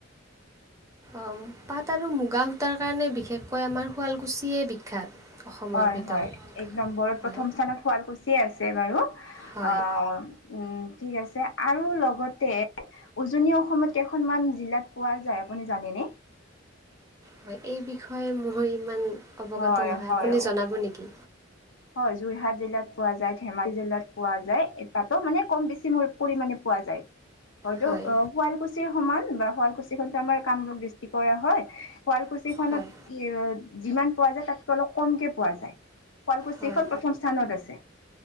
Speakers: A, on the right; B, on the left.
A: অ পাট আৰু মুগা সূতাৰ কাৰণে বিশেষকৈ আমাৰ শুৱালকুছিয়েই বিখ্যাত। অসমৰ
B: হয়
A: ভিতৰত
B: হয় এক নম্বৰত প্ৰথম
A: হয়
B: স্থানত শুৱালকুছিয়ে আছে বাৰু
A: হয়
B: অ। উম ঠিক আছে আৰু লগতে। উজনি অসমত কেইখনমান জিলাত পোৱা যায় আপুনি জানেনে।
A: হয় এই বিষয়ে মই ইমান অৱগত
B: হয়
A: নহয়
B: হয়
A: আপুনি জনাব নেকি।
B: হয় যোৰহাট জিলাত পোৱা যায় ধেমাজি জিলাত পোৱা যায়। তাতো মানে কম বেছি পৰিণে পোৱা যায় হয়তো
A: হয়
B: অ শুৱালকুছিৰ সমান বা। শুৱালকুছি খন আমাৰ কামৰূপ ডিষ্ট্ৰিকৰে হয় শুৱালকুছি খনত
A: হয়
B: যিমান। পোৱা যায় তাতকে অলপ কমকে পোৱা যায় শুৱালকুছিখন
A: হয়
B: প্ৰথম স্থানত আছে।